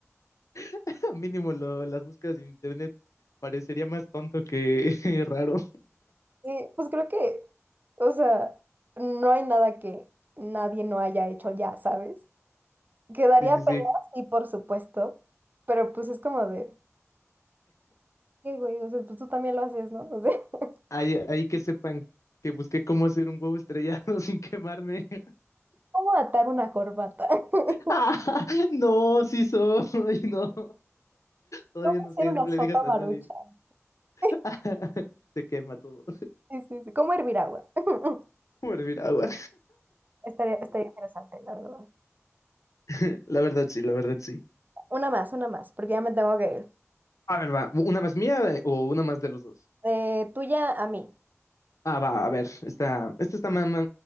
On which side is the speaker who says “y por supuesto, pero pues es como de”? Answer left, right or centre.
Right